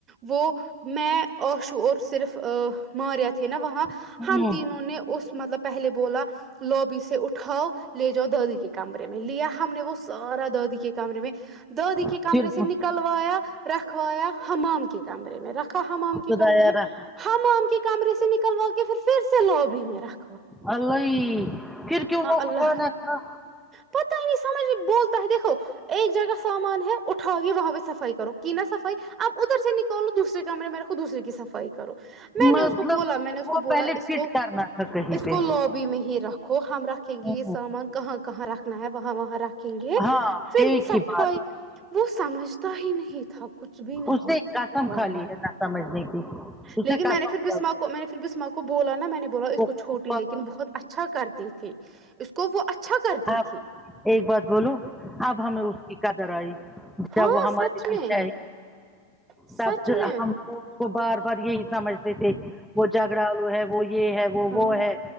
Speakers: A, on the right (about 25°); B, in the centre.
A: وہ میں آشو اور صرف ماریا تھے نا وہاں
B: ہوں
A: ہم تینوں نے اس مطلب پہلے بولا لوبی سے اٹھاؤ لے جاؤ دادی کے کمرے میں لیا ہم نے وہ سارا دادی کمرے میں دادی کے
B: پھر
A: کمرے سے نکلوایا رکھوایا حمام کے کمرے میں رکھ حمام
B: خدایا
A: کے کمرے میں
B: رحم
A: حمام کے کمرے سے نکلوا کے پھر پھر سے لوبی میں رکھ
B: الی پھر کیوں وہ
A: اللہ
B: اٹھانا تھا
A: پتا ہی نہیں سمجھ بولتا ہے دیکھو ایک جگہ سامان ہے اٹاؤ گے وہاں پہ صفائی کرو کی نہا صفائی اب ادھر سے نکالو دوسرے کمرے میں رکھو دوسری کی صفا ئی کرو میں نے
B: مطلب
A: اس کو بولا میں نے اس
B: وہ
A: کو بولا
B: پہلے
A: اس
B: فٹ
A: کو
B: کرنا تھا کہیں
A: اس
B: پہ
A: کو لو بی میں ہی رکھو ہم رکھیں
B: ہوں
A: گے یہ سامان کہاں کہاں رکھنا ہے وہاں وہاں رکھ یں گے
B: ہاں
A: پھر
B: ایک
A: صفائی
B: ہی بات
A: وہ سمجھتا ہی نہیں تھا کچھ بھی نہیں
B: اس نے قسم
A: والا
B: کھا لی ہے نہ سمجھنے کی اس
A: لیکن
B: قسم
A: میں نے پھر
B: کھا
A: بسمہ
B: لی
A: کو میں نے پھر بسمہ کو بولا نا میں نے بولا اس
B: وہ
A: کو
B: خود
A: چھوٹی لیکن بہت اچھا کرتی تھی اس کو وہ اچھا کرتی
B: آپ
A: تھی
B: ایک بات بولو اب ہمیں اس کی قدر آئی جب
A: ہاں
B: وہ ہمارے
A: سچ
B: بیچ
A: میں
B: آئے
A: سچ
B: تب
A: میں
B: ہم وہ اس کو بار بار یہی سمجھتے تھے وہ جھگڑا لو ہے وہ یہ ہے وہ
A: ہاں
B: وہ ہے